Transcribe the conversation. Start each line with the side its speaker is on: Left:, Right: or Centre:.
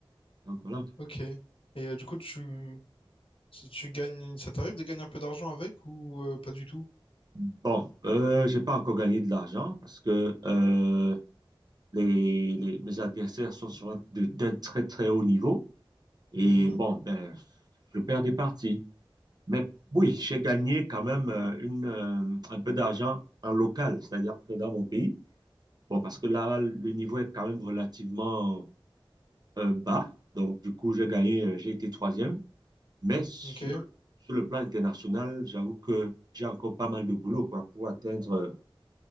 Right: Donc voilà.
Left: Ok. Et euh, du coup, tu, tu gagnes... Ça t'arrive de gagner un peu d'argent avec ou euh, pas du tout?
Right: Bon, euh, j'ai pas encore gagné de l'argent parce que euh, les, les- mes adversaires sont souvent de- d'un très très haut niveau et
Left: Mhm.
Right: bon, ben, je perds des parties. Mais oui, j'ai gagné quand même euh, une, euh, un peu d'argent en local, c'est-à-dire que dans mon pays. Bon, parce que là, le niveau est quand même relativement euh, bas. Donc, du coup, j'ai gagné, euh, j'ai été troisième. Mais sur,
Left: Ok.
Right: sur le plan international, j'avoue que j'ai encore pas mal de boulot, quoi, pour atteindre euh,